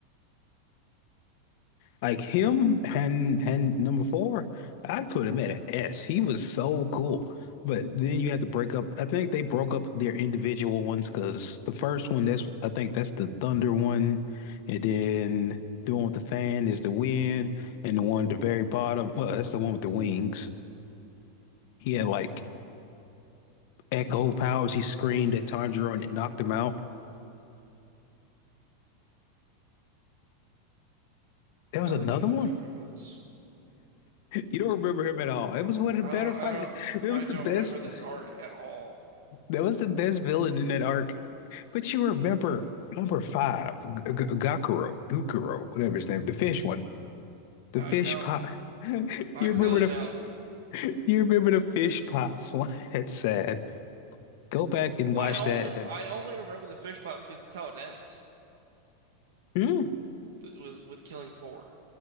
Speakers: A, on the left; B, on the right.
A: Like him and and number four, I'd put him at an S. He was so cool. But then you had to break up. I think they broke up their individual ones because the first one, that's I think that's the Thunder one, and then the one with the fan is the wind, and the one at the very bottom, well, that's the one with the wings. He had like echo powers. He screamed at Tanjiro and it knocked him out. There was
B: I legitimately
A: another one.
B: don't remember
A: <laughs>
B: this.
A: You don't remember him at all. It was one of the better
B: I don't
A: fight.
B: I don't
A: It
B: I
A: was
B: don't
A: the best.
B: remember this arc at all.
A: That was the best villain in that arc. But you remember number five, G G- Gakuro, Gukuro, whatever his name, the fish one, the
B: I
A: fish
B: don't.
A: pot. <laughs> You
B: I clearly
A: remember the
B: don't.
A: you remember the fish pot slime. It's <laughs> sad. Go back and watch
B: I only
A: that. and-
B: I only remember the fish pot because that's how it ends
A: Hmm?
B: with with killing four.